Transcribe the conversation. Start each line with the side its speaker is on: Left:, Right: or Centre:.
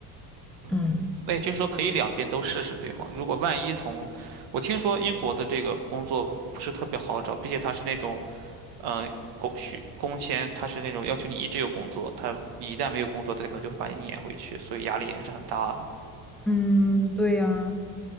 Right: 嗯，
Centre: 嗯。
Right: 那也就是说可以两边都试试，对吗？如果万一从，我听说英国的这个工作不是特别好找，并且它是那种，呃，工许工签，它是那种要求你一直有工作，他你一旦没有工作，它可能就会把你撵回去，所以压力还是很大的。
Centre: 嗯，对呀，